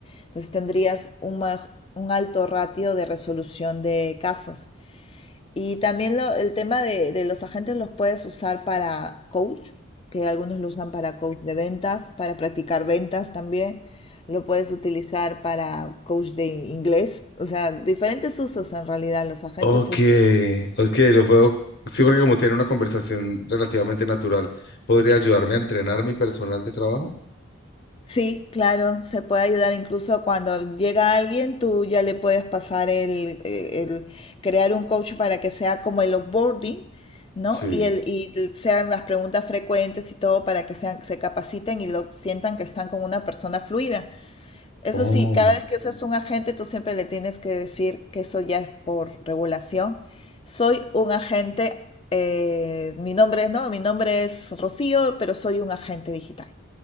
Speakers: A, on the left (about 25°); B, on the left (about 50°).
A: Entonces tendrías un, ma- un alto ratio de resolución de casos. Y también lo- el tema de, de los agentes los puedes usar para coach, que algunos lo usan para coach de ventas, para practicar ventas también. Lo puedes utilizar para coach de inglés. O sea, diferentes usos en realidad. Los agentes
B: Ok,
A: es,
B: ok, lo puedo. Sí, porque como tiene una conversación relativamente natural, ¿podría ayudarme a entrenar mi personal de trabajo?
A: Sí, claro, se puede ayudar incluso cuando llega alguien, tú ya le puedes pasar el, eh, el crear un coach para que sea como el onboarding, ¿no?
B: Sí,
A: Y, el, y el- sean las preguntas frecuentes y todo para que sean, se capaciten y lo sientan que están con una persona fluida. Eso
B: Oh,
A: sí, cada vez que usas un agente, tú siempre le tienes que decir que eso ya es por regulación. Soy un agente, eh, mi nombre es, no, mi nombre es Rocío, pero soy un agente digital.